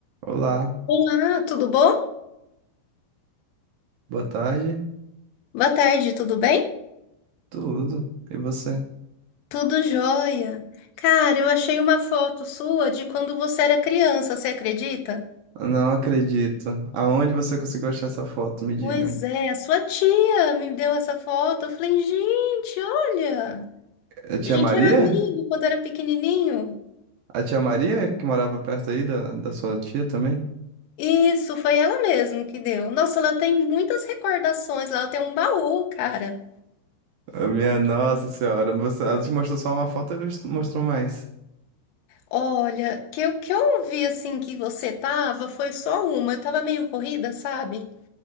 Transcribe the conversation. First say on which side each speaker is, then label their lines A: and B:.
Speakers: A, on the right; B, on the left.
A: Olá,
B: Olá, tudo bom?
A: boa tarde,
B: Boa tarde, tudo bem?
A: tudo. E você?
B: Tudo jóia. Cara, eu achei uma foto sua de quando você era criança, você acredita?
A: Não acredito. Aonde você conseguiu achar essa foto? Me diga.
B: Pois é, a sua tia me deu essa foto. Eu falei, gente, olha,
A: A tia
B: a gente
A: Maria?
B: era amigo quando era pequenininho.
A: A tia Maria que morava perto aí da, da sua tia também?
B: Isso, foi ela mesmo que deu. Nossa, ela tem muitas recordações lá, ela tem um baú, cara.
A: Ah, Minha nossa senhora, você, ela te mostrou só uma foto e most- mostrou mais.
B: Olha, que eu que eu vi assim que você tava foi só uma. Eu tava meio corrida, sabe?